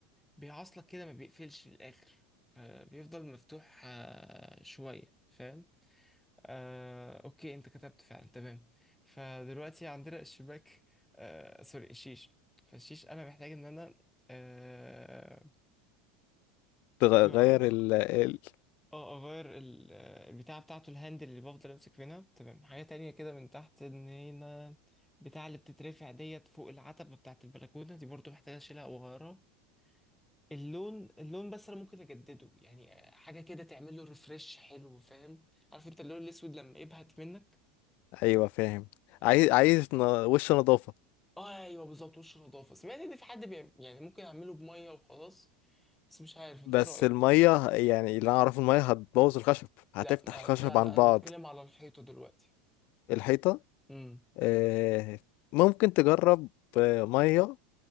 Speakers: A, in the centre; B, on the left (about 55°).
A: بيعاصلك كده ما بيقفلش للآخر آه، بيفضل مفتوح آه، شوية فاهم آه، أوكي أنت كتبت فعلا تمام فدلوقتي عندنا الشباك آه، سوري الشيش فالشيش أنا محتاج إن أنا آه،
B: تغير
A: يا الله
B: ال... ال...
A: اه اغير ال- آه، البتاعة بتاعته الهاندل اللي بفضل امسك منها تمام حاجة تانية كده من تحت ان هنا بتاع اللي بتترفع ديت فوق العتبة بتاعت البلكونة دي برضو محتاج اشيلها واغيرها اللون اللون بس انا ممكن اجدده يعني حاجه كده تعمل له ريفرش حلو فاهم عارف انت اللون الاسود لما يبهت منك
B: ايوه فاهم عايز عايز ن- وش نظافة
A: اه ايوه بالظبط وش نضافه سمعت ان في حد بيعمل يعني ممكن اعمله بميه وخلاص بس مش عارف انت
B: بس
A: ايه رايك
B: المية يعني اللي انا اعرفه المية هتبوظ الخشب هتفتح
A: لا ما-
B: الخشب
A: لا لا
B: عن بعض
A: انا بتكلم على الحيطه دلوقتي
B: الحيطة
A: امم
B: آه، ممكن تجرب آه، ميه